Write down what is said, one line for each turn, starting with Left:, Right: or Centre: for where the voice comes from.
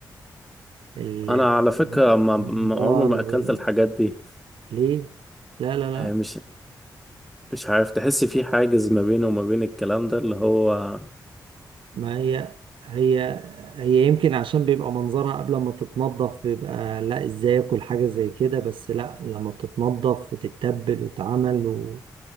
Right: ال-
Centre: انا على فكرة ما
Right: الممبار
Centre: ما- عمري ما
Right: وال-
Centre: اكلت الحاجات دي
Right: ليه لا لا لا
Centre: اه، مش مش عارف تحس في حاجز ما بيني وما بين الكلام ده اللي هو
Right: ما هي هي هي يمكن عشان بيبقى منظرها قبل ما تتنضف بيبقى لا ازاي اكل حاجة زي كده بس لا لما بتتنضف وتتبل وتتعمل و-